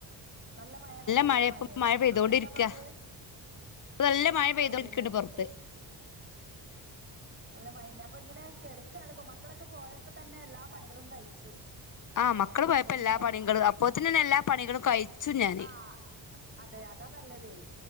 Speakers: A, on the right; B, on the left.
A: നല്ല മഴെറ്ന്നാ നല്ല
B: മഴ
A: മഴേണ്
B: ഇപ്പ മഴ പെയ്തോണ്ടിരിക്ക
A: അവ്ടെ എന്താ പാട്?
B: നല്ല
A: ആഹ്
B: മഴ പെയ്തോണ്ടിരിക്കണ്ട്
A: അതെന്നെ അതെന്നെ.
B: പുറത്ത്
A: അല്ല മഴേന്നെ അപ്പ ഇങ്ങനെ കെടക്കാണ് ഇപ്പൊ മക്കളൊക്കെ പോയപ്പോ തന്നെ എല്ലാ പണികളും കഴിച്ചു.
B: ആഹ്
A: ഏ
B: മക്കള് പോയപ്പോ
A: അപ്പൊ
B: എല്ലാ
A: പിന്നെ
B: പണി ങ്കളും അപ്പൊതിന്നെന്നെ എല്ലാ പണികളും കഴിച്ചു ഞാൻ.
A: ആ അതെ അതാ നല്ലതേയ്.